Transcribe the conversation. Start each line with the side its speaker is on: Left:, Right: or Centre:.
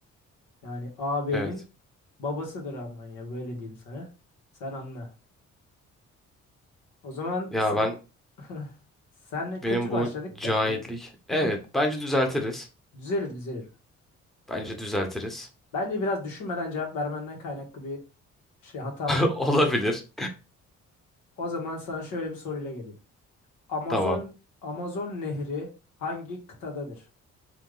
Left: Yani ağabeyinin
Centre: Evet.
Left: babasıdır Almanya böyle diyeyim sana. Sen anla. O zaman
Centre: Ya
Left: sen
Centre: ben
Left: <laughs> senle
Centre: benim
Left: kötü
Centre: bu
Left: başladık
Centre: cahillik.
Left: da ben
Centre: Evet,
Left: <laughs>
Centre: bence düzeltiriz.
Left: düzelir düzelir.
Centre: Bence düzeltiriz.
Left: Bence biraz düşünmeden cevap vermenden kaynaklı bir şey hata oldu.
Centre: <laughs> Olabilir.
Left: O zaman sana şöyle bir soruyla geleyim. Amazon
Centre: Tamam.
Left: Amazon Nehri hangi kıtadadır?